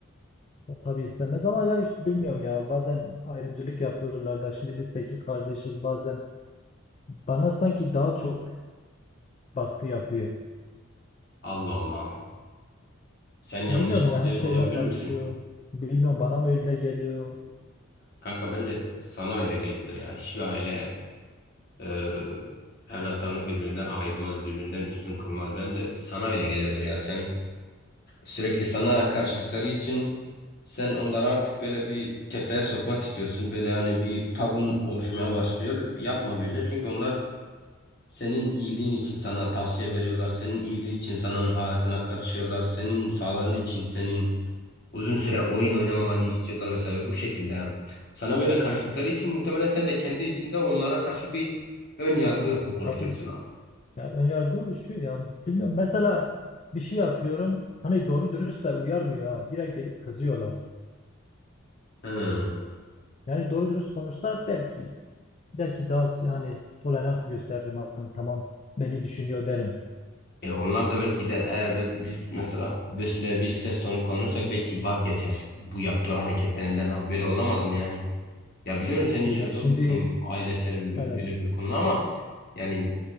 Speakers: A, on the left; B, on the left.
A: Ya Tabii istemez ama ya işte bilmiyorum ya bazen ayrımcılık yapıyorlar da şimdi biz sekiz kardeşiz bazen bana sanki daha çok baskı yapıyor.
B: Allah Allah. Sen yanlış
A: Bilmiyorum
B: anlıyor
A: ya her şeyime
B: olabilir
A: karışıyor.
B: misin?
A: Bilmiyorum bana mı öyle geliyor.
B: Kanka bence sana öyle geliyordur ya. Hiçbir aile e, evlatlarını birbirinden ayırmaz, birbirinden üstün kılmaz. Bence sana öyle geliyordur ya. Sen sürekli sana karıştıkları için sen onları artık böyle bir kefeye sokmak istiyorsun. Böyle yani bir tabun oluşmaya başlıyor. Yapma böyle. Çünkü onlar senin iyiliğin için sana tavsiye veriyorlar. Senin iyiliği için senin hayatına karışıyorlar. Senin sağlığın için, senin Uzun süre oyun oynamamanı istiyorlar mesela bu şekilde. Sana böyle karıştıkları için muhtemelen sen de kendi içinde onlara karşı bir ön yargı
A: Ya
B: oluşturursun.
A: tabii ya ön yargı oluşuyor ya bilmiyorum mesela bir şey yapıyorum hani doğru dürüst de uyarmıyor ha direkt gelip kızıyorlar.
B: Hı.
A: Yani doğru dürüst konuşsa belki belki daha hani tolerans gösteririm hani tamam beni düşünüyor derim.
B: E onlar da belki der eğer be- biz mesela böyle bir ses tonu kullanırsak belki vazgeçer bu yaptığı hareketlerinden. Abi böyle olamaz mı yani? Ya biliyorum senin için
A: E ya
B: zor
A: şimdi
B: bir durum ailesel
A: evet.
B: böyle bir konu ama yani